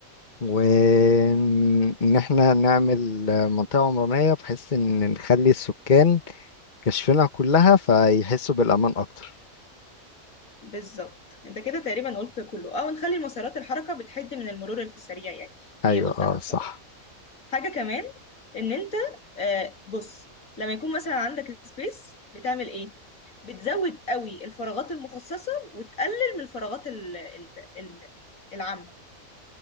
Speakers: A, on the left (about 35°); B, on the left (about 75°).
A: وان احنا نعمل آه، منطقة عمرانية بحيث ان نخلي السكان كشفنا كلها فيحسوا بالأمان أكتر
B: بالظبط انت كده تقريبا قلت كله او نخلي مسارات الحركة بتحد من المرور السريع يعني دي
A: أيوة
B: قلتها
A: أه صح
B: انت برضه حاجة كمان ان انت آه بص لما يكون مثلا عندك سبيس بتعمل ايه بتزود قوي الفراغات المخصصة وتقلل من الفراغات ال ال ال العامة